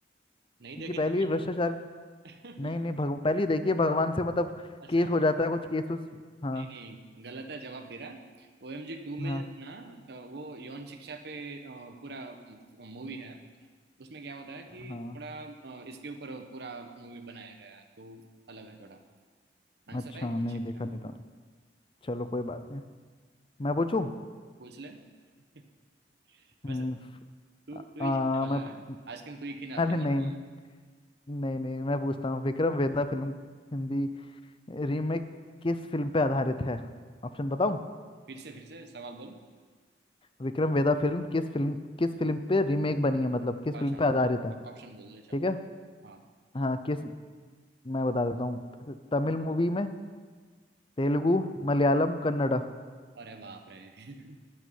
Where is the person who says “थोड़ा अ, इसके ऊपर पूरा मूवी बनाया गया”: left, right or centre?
Right